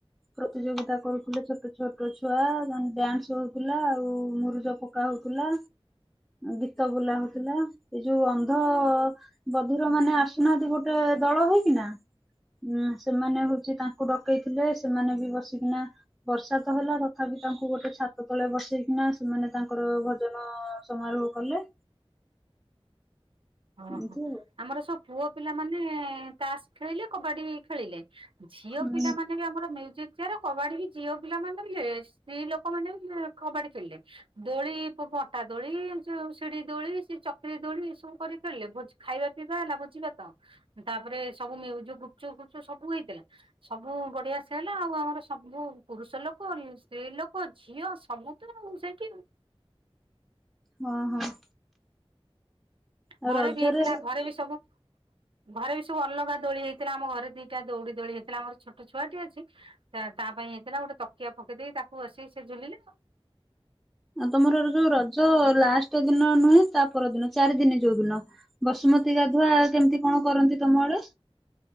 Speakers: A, in the centre; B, on the right (about 60°).
A: ପ୍ରତିଯୋଗିତା କରୁଥିଲେ ଛୋଟ ଛୋଟ ଛୁଆ, ତାଙ୍କ ଡ୍ୟାନ୍ସ ହଉଥିଲା ଆଉ ମୁରୁଜ ପ ପକା ହଉଥିଲା, ଗୀତ ବୋଲା ହଉଥିଲା, ଏ ଯୋଉ ଅନ୍ଧ ବଧିର ମାନେ ଆସୁନାହାନ୍ତି ଗୋଟେ ଦଳ ହେଇକି ନା। ଉଁ ସେମାନେ ହଉଛି ତାଙ୍କୁ ଡକେଇଥିଲେ, ସେମାନେ ବି ବସିକିନା ବର୍ଷା ତ ହେଲା, ତଥାପି ତାଙ୍କୁ ଗୋଟେ ଛାତ ତଳେ ବସେଇକିନା ସେମାନେ ତାଙ୍କର ଭଜନ ସମାରୋହ କଲେ।
B: ହଁ
A: ଏମିତି
B: ହଁ,
A: ଆଉ
B: ଆମର ସବୁ ପୁଅ ପିଲାମାନେ ତାସ୍ ଖେଳିଲେ, କବାଡ଼ି ଖେଳିଲେ, ଝିଅ
A: ହୁଁ
B: ପିଲାମାନେ ବି ଆମର ମ୍ୟୁଜିକ ଯାର କବାଡି ବି ଝିଅ ପିଲା ମାନେ ସ୍ତ୍ରୀ ଲୋକମାନେ ବି କବାଡି ଖେଳିଲେ। ଦୋଳି ପଟା ଦୋଳି, ଯଉ ସିଡି ଦୋଳି, ସେ ଚକ୍ରି ଦୋଳି ଏ ସବୁ। କରି ଖେଳିଲେ, ଖାଇବା ପିଇବା ହେଲା ଭୋଜି ଭାତ ତାପରେ ସବୁ <unintelligible> ଗୁପୁ ଚୁପ୍ ସବୁ ହେଇଥିଲା। ସବୁ ବଢିଆ ସେ ହେଲା ଆଉ, ଆମର ସବୁ ପୁରୁଷ ଲୋକ, ସ୍ତ୍ରୀ ଲୋକ, ଝିଅ ସବୁ ତ ସେଇଠି
A: ହଁ ହଁ। ଆଉ
B: ଘରେ
A: ରଜରେ
B: ବି ହେଇଥିଲା
A: ହଉଛି
B: ଘରେ ବି ସବୁ ଘରେ ବି ସବୁ ଅଲଗା ଦୋଳି ହେଇଥିଲା ଆମ ଘରେ ଦିଟା ଦୌଡି ଦୋଳି ହେଇଥିଲା ଆର ଛୋଟ ଛୋଟ ଛୁଆଟି ଅଛି ତା ପାଇଁ ହେଇଥିଲା ଗୋଟେ ତକିଆ ପକେଇ ଦେଇ ତାକୁ ଆସି ସେ ଝୁଲିଲେ।
A: ତମର ଯୋଉ ରଜ ଲାଷ୍ଟ ଦିନ ନୁହେଁ ତା ପର ଦିନ ଚାରି ଦିନେ ଯୋଉ ଦିନ ବସୁମତୀ ପ୍ରତି ଗାଧୁଆ କେମିତି କଣ କରନ୍ତି ତମ ଆଡେ